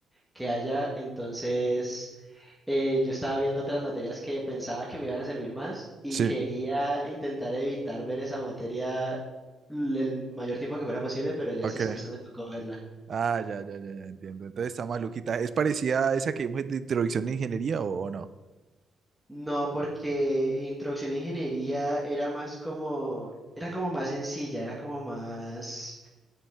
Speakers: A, in the centre; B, on the right (about 45°).
A: que haya, entonces... eh, yo estaba viendo otras materias que pensaba que me iban a servir más y
B: sí,
A: quería intentar evitar ver esa materia l- el mayor tiempo que fuera posible, pero ya
B: ok.
A: este semestre me tocó verla.
B: Ah, ya, ya, ya, ya, entiendo. Entonces está maluquita. ¿Es parecida a esa que vimos de introducción de ingeniería o, o no?
A: No, porque introducción a ingeniería era más como, era como más sencilla, era como más...